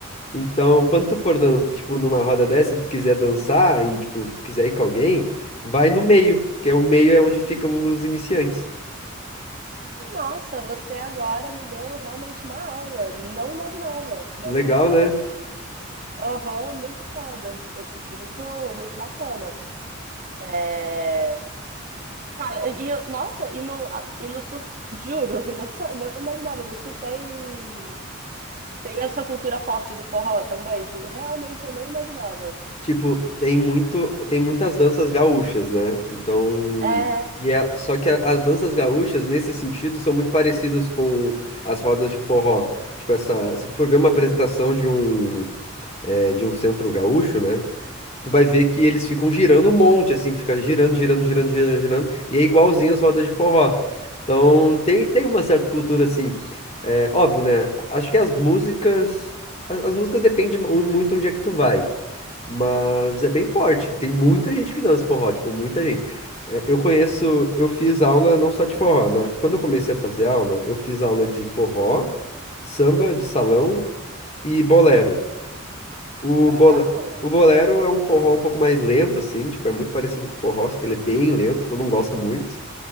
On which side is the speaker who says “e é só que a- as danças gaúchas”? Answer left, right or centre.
Left